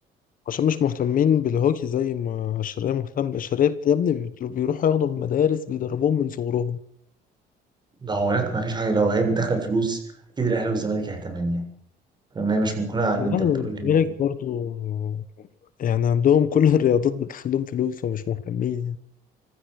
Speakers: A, on the left; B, on the right.
A: عشان مش مهتمين بالهوكي زي ما الشرقية مهتمة الشرقية بت- يا ابني بيت- بيروحوا ياخدوا من مدارس بيدربوهم من صغرهم
B: لا هو لا ما فيش حاجه لو هي بتدخل فلوس اكيد الاهلي والزمالك هيهتم بيها انا مش مقنعه ان
A: والله
B: انت بتقول لي
A: الزمالك برضو يعني عندهم كل الرياضات بتدخل لهم فلوس فمش مهتمين يعني.